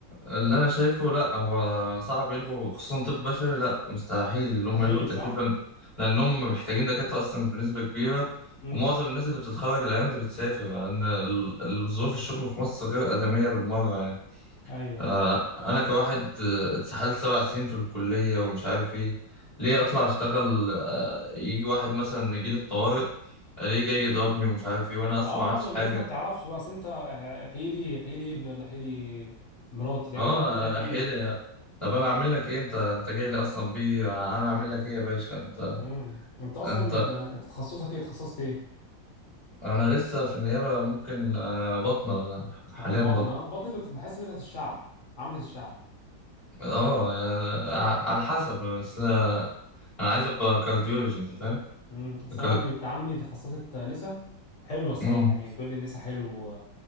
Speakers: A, on the left; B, on the left.
A: اللي انا شايفه لا هو صعب يلغوا خصوصا طب بشري لا مستحيل ان
B: مستحيل
A: هم يلغوا التكليف
B: صح
A: لأن- لانهم محتاجين دكاتره اصلا بنسبه كبيره
B: امم
A: ومعظم الناس اللي بتتخرج الايام دي بتسافر لان ال- ال- ظروف الشغل في مصر غير ادميه بالمره يعني
B: ايوه
A: آه،
B: ايوه
A: انا كواحد آه، اتسحلت سبع سنين في الكليه ومش عارف ايه ليه اطلع اشتغل آه، يجي واحد مثلا يجي لي الطوارئ ليه جاي يضربني ومش عارف ايه وانا اصلا
B: اه
A: ما عملتش
B: اه ما الناس
A: حاجه
B: ما بتعرفش بقى اصل انت آه، آه، حيلي لي احيي لي ابني ولا حيلي مراتي يا
A: اه
B: عم انا اعمل لك ايه
A: احيلي طب انا اعمل لك ايه انت انت جاي لي اصلا بيه انا اعمل لك ايه يا باشا انت
B: امم انت اصلا
A: انت
B: انت انت تخصصك ايه تخصصت ايه
A: انا لسه في النيابه ممكن آه، بطنه حاليا
B: حتى البطن
A: بطن
B: اه بطني بت- بحس ان بتاعت الشعب عامه الشعب
A: اه آه، على حسب بس آه، انا عايز ابقى كارديولوجي انت فاهم
B: امم اصل
A: كا-
B: انا عندي بنت عمي تخصصت نسا حلوه الصراحه
A: امم
B: يعني بتقول لي النسا حلو